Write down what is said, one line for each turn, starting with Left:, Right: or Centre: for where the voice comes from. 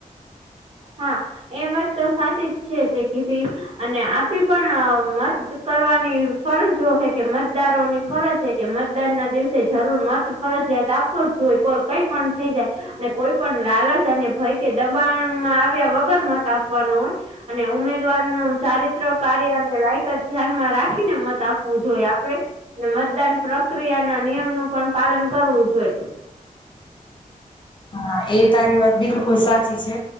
Right: હા એ વાત તો સાચી જ છે, તે કીધી અને આપી પણ મત કરવાની ફરજો હે કે મતદારોની ફરજ છે કે મતદાન ના દિવસે જરૂર મત ફરજયાત આપવો જ જોઈ કઈ પણ થઈ જાય. ને કોઈ પણ લાલચ ને ભય કે દબાણમાં આવ્યા વગર મત આપવાનું હોય, અને ઉમેદવાર ન ચારિત્ર કાર્ય અને લાયકાત ધ્યાનમાં રાખીને મત આપવું જોઈ આપણે, ને મતદાન પ્રક્રિયા ના નિયમ નું પણ પાલન કરવું જોઈએ.
Left: હા એ તારી વાત બિલકુલ સાચી છે,